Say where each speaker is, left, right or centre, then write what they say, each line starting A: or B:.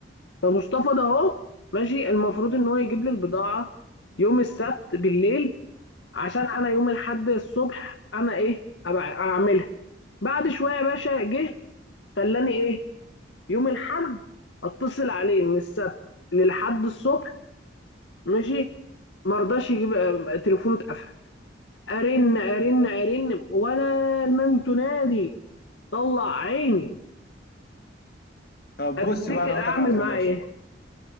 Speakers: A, on the left; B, on the left.
A: فمصطفى ده اهو ماشي المفروض ان هو يجيب لي البضاعه يوم السبت بالليل عشان انا يوم الاحد الصبح انا ايه أبقى اعملها بعد شويه يا باشا جه خلاني ايه يوم الاحد اتصل عليه من السبت للحد الصبح ماشي ما رضاش يجيب آه، تليفونه اتقفل ارن ارن ارن ولا المن تنادي طلع عيني
B: طب
A: هتفتكر
B: بص بقى انا هقول
A: اعمل
B: لك على الخلاصة
A: معاه ايه